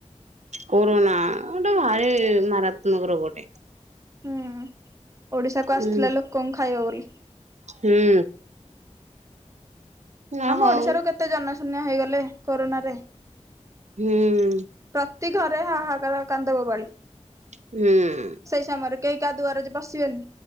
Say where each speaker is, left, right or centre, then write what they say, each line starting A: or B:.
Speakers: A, on the right; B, on the right.
A: କୋରୋନା ଗୋଟେ ଭାରି ମାରାତ୍ମକ ରୋଗ ଟେ।
B: ହୁଁ ଓଡିଶା କୁ
A: ହୁଁ
B: ଆସିଥିଲା ଲୋକଙ୍କୁ ଖାଇବ ବୋଲି।
A: ହୁଁ। ଅ
B: ଆମ
A: ହଉ
B: ଓଡ଼ିଶାରୁ କେତେ ଜନଶୂନ୍ୟ ହେଇଗଲେ କରୋନାରେ।
A: ହୁଁ।
B: ପ୍ରତି ଘରେ ହାହାକାର କାନ୍ଦବବାଳି।
A: ହୁଁ।
B: ସେଇ ସମୟରେ କେହି କାହା ଦୁଆରେ ପଶିବେନି